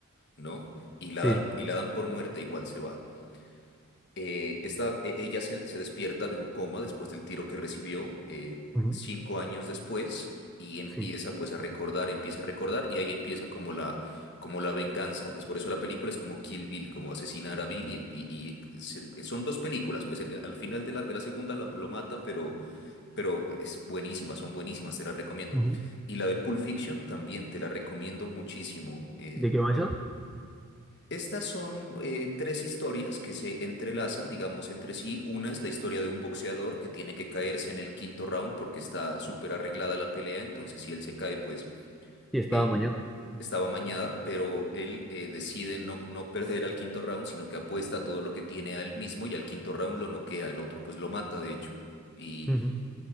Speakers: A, on the left; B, in the centre.
A: ¿no? Y la
B: Sí.
A: dan, y la dan por muerta, igual se va. Eh, esta- e- ella se, se despierta de un coma después del tiro que recibió, eh,
B: Ujú.
A: cinco años después, y empieza
B: Sí.
A: pues a recordar, empieza a recordar, y ahí empieza como la, como la venganza, pues por eso la película es como Kill Bill, como asesinar a Bill, y, em- y- y se- son dos películas, pues el- al final de la, de la segunda lo, lo mata, pero, pero es buenísima, son buenísimas, te las recomiendo.
B: Ujú.
A: Y la de Pulp Fiction también te la recomiendo muchísimo. eh,
B: ¿De qué va esa?
A: estas son eh, tres historias que se entrelazan, digamos, entre sí. Una es la historia de un boxeador que tiene que caerse en el quinto round porque está súper arreglada la pelea, entonces si él se cae, pues
B: Sí, estaba
A: eh,
B: mañana.
A: estaba mañada, pero él eh, decide no, no perder al quinto round, sino que apuesta todo lo que tiene a él mismo y al quinto round lo noquea, el otro pues lo mata, de hecho. Y
B: Ujú,